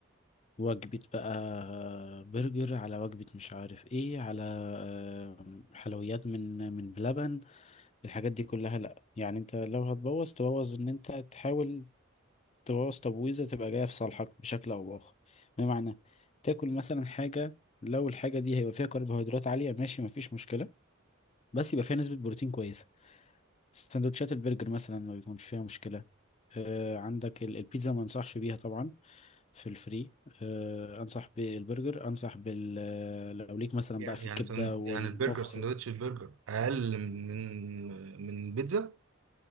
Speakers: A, on the left; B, on the right.
A: وجبة بقى برجر على وجبة مش عارف ايه على آه، حلويات من من بلبن الحاجات دي كلها لا يعني انت لو هتبوظ تبوظ ان انت تحاول تبوظ تبويزة تبقى جاية في صالحك بشكل او باخر بمعنى تاكل مثلا حاجة لو الحاجة دي هيبقى فيها كربوهيدرات عالية ماشي مفيش مشكلة بس يبقى فيها نسبة بروتين كويسة سندوتشات البرجر مثلا ما بيكونش فيها مشكلة آه عندك ال- البيتزا ما انصحش بيها طبعا في الفري آه انصح بالبرجر انصح بال آه، لو ليك مثلا
B: يعني
A: بقى في
B: يعني
A: الكبدة
B: سن...
A: والمخ
B: يعني البرجر سندوتش البرجر اقل من من من البيتزا